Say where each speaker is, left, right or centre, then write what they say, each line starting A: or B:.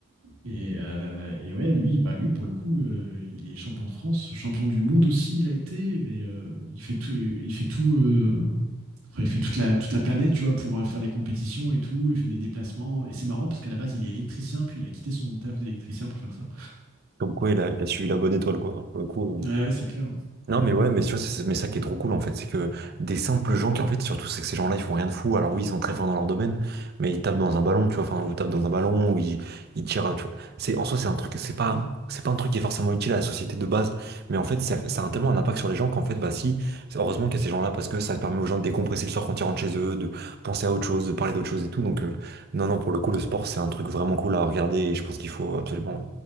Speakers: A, on the right; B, on the right.
A: Et, euh, et ouais, lui, bah, lui, pour le coup, euh, il est champion de France, champion du monde aussi, il a été, mais euh, il fait tout, il fait tout, euh, Enfin, il fait toute la, toute la planète, tu vois, pour euh, faire des compétitions et tout. Il fait des déplacements. Et c'est marrant parce qu'à la base, il est électricien, puis il a quitté son taf d'électricien pour faire ça.
B: Comme quoi, il a, il a suivi la bonne étoile, quoi. Pour le coup, euh,
A: Ouais, ouais, c'est clair.
B: Non mais ouais mais tu vois c'est mais ça qui est trop cool en fait c'est que des simples gens qui en fait surtout c'est que ces gens-là ils font rien de fou alors oui ils sont très forts dans leur domaine mais ils tapent dans un ballon tu vois enfin ou tapent dans un ballon ou ils, ils tirent à- tu vois c'est en soi c'est un truc c'est pas c'est pas un truc qui est forcément utile à la société de base mais en fait ça, ça a tellement un impact sur les gens qu'en fait bah si c'est- heureusement qu'il y a ces gens-là parce que ça permet aux gens de décompresser le soir quand ils rentrent chez eux de penser à autre chose de parler d'autre chose et tout donc euh, non non pour le coup le sport c'est un truc vraiment cool à regarder et je pense qu'il faut absolument